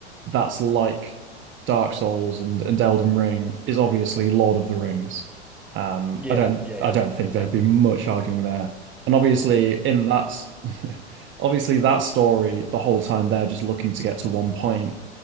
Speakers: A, on the right; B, in the centre.
A: that's like Dark Souls and, and Elden Ring is obviously Lord of the Rings. Um,
B: Yeah,
A: I don't
B: yeah,
A: I
B: yeah,
A: don't
B: one hundred
A: think
B: percent.
A: there'd be much arguing there. And obviously in that s- <laughs> obviously that story, the whole time they're just looking to get to one point.